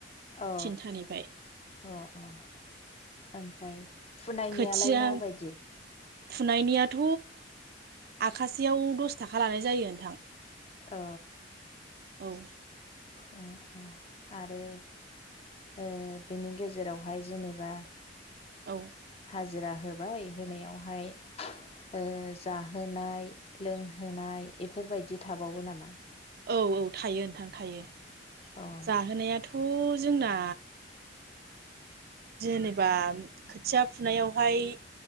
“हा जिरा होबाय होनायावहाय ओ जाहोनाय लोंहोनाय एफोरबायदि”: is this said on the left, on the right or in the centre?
Left